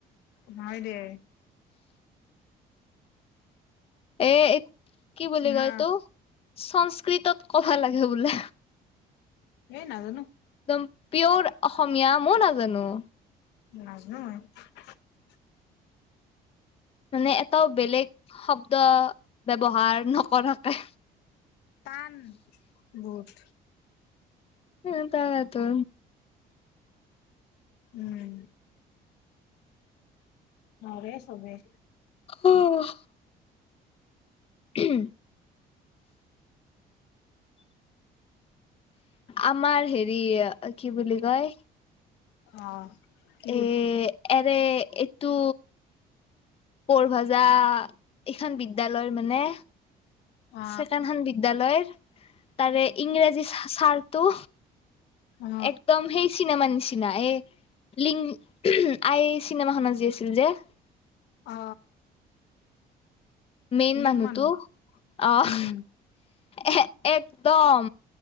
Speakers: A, on the left (about 85°); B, on the left (about 35°).
A: হয় দে।
B: এ কি বুলি
A: না
B: কয় তো চানচ্ কৃতত কথা লাগে বোলে।
A: এ নাজানো।
B: একদম পিয়ৰ অসমীয়া মই নাজানো।
A: নাজানো মই। <unintelligible>
B: মানে এটাও বেলেগ শব্দ ব্যৱহাৰ নকৰাকে,
A: টান বহুত।
B: উম্ তাকেইটো।
A: উম। নোৱাৰে ছবে।
B: ওহ। উম <inaudible> আমাৰ হেৰি, অ কি বুলি কয়?
A: অ। কি
B: এ এক যে এইটো বৰভাজা এইখন বিদ্যয়ালয়ৰ মানে,
A: অ
B: ছেকেণ্ড হেণ্ড বিদ্যালয়। <inaudible> তাৰে ইংৰাজী ছাৰ টো,
A: অ
B: একদম সেই চিনেমা নিছিনা। এ লিং আই চিনেমাখনত যি আছিল যে।
A: অ।
B: মেইন
A: লিং
B: মানুহটো।
A: মানুহ
B: আহ,
A: উম
B: এ একদম।